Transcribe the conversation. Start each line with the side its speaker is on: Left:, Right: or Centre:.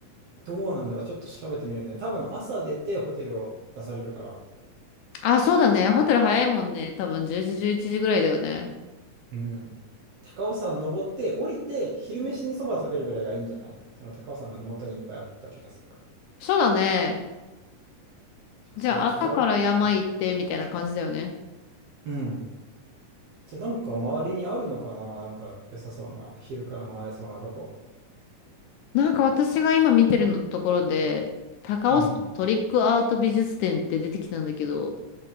Right: どうなんだろう、ちょっと調べてみるね。多分朝出てホテルを出されるから。
Left: あ、そうだね。ホテル早いもんね。多分10時、11時ぐらいだよね。
Right: うん。高尾山登って降りて昼飯にそば食べるぐらいがいいんじゃないその高尾山のふもとにいっぱいあった気がするから。
Left: そうだね。
Right: じゃあそうしちゃおうか。
Left: じゃあ朝から山行ってみたいな感じだよね。
Right: うん。じゃあなんか周りにあるのかななんか良さそうな、昼から回れそうなとこ。
Left: なんか私が今見てるのところで、高尾山トリックアート美術展って出てきたんだけど、
Right: うん。